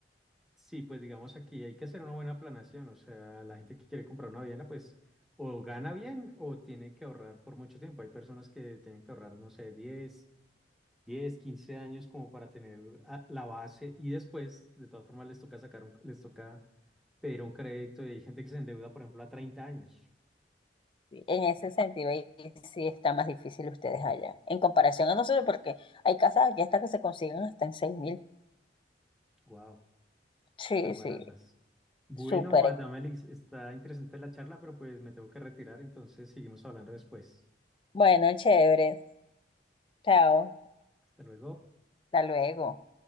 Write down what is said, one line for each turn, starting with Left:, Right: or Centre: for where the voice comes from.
Centre: Sí, pues digamos aquí hay que hacer una buena planación, o sea, la gente que quiere comprar una vivienda, pues o gana bien o tiene que ahorrar por mucho tiempo. Hay personas que tienen que ahorrar, no sé, diez, 10, 15 años como para tener ah, la base y después, de todas formas, les toca sacar un, les toca pedir un crédito y hay gente que se endeuda, por ejemplo, a treinta años.
Left: Sí, En ese sentido, ahí sí está más difícil ustedes allá, en comparación a nosotros, porque hay casas aquí hasta que se consiguen hasta en seis mil.
Centre: Wow,
Left: Sí,
Centre: súper baratas.
Left: sí,
Centre: Bueno,
Left: súper.
Centre: Adamelis, está interesante la charla, pero pues me tengo que retirar, entonces seguimos hablando después.
Left: Bueno, chévere. Chao.
Centre: Hasta luego.
Left: Hasta luego.